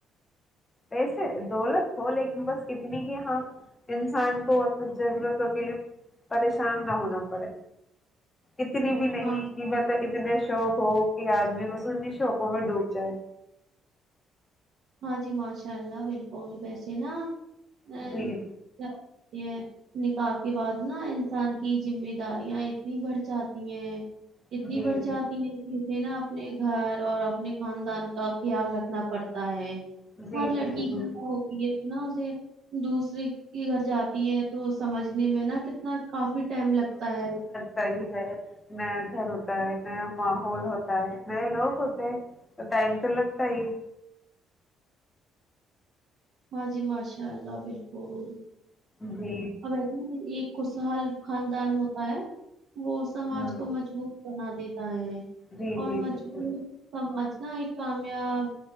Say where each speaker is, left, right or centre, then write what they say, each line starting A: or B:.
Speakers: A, on the left; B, on the right.
A: ویسے دولت ہو لیکن بس اتنی کی ہاں انسان کو مطلب ضرورتوں کیلیے پریشان نہ ہونا پڑے اتنی بھی نہیں
B: ہاں
A: کہ مطلب اتنے شوق ہو کہ آدمی بس انیں شوقوں میں ڈوب جائے
B: ہاں جی ماشاء اللہ بالکل ویسے نا ا
A: جی
B: تو یہ <unintelligible> نکاح کے بعد نا انسان کی ذمےداریاں اتنی بڑھ جاتی ہیں
A: جی
B: اتنی بڑھ
A: جی
B: چاہتی
A: جی
B: ہیں جسے نا اپنے گھر اور اپنے خاندان کا خیال رکھنا پڑتا ہے
A: جی
B: ہر لڑکی
A: جی
B: کی
A: جی
B: دعا ہوتی ہے نا اسے دوسرے کے گھر جاتی ہے تو سمجھنے میں نا کتنا کافی ٹائم لگتا ہے
A: صحیح ہے نیا گھر ہوتا ہے نیا ماحول ہوتا ہے نئے لوگ ہوتے ہیں تو ٹائم تو لگتا ہی ہیں
B: ہاں جی ماشاء اللہ بلکل
A: جی
B: وسے ایک خوشحال خاندان ہوتا ہے وہ سماج
A: ہ
B: کو مجبوط بنا دیتا ہے
A: جی
B: اور
A: جی
B: مضبوط
A: بالکل
B: سماج نہ ایک کامیاب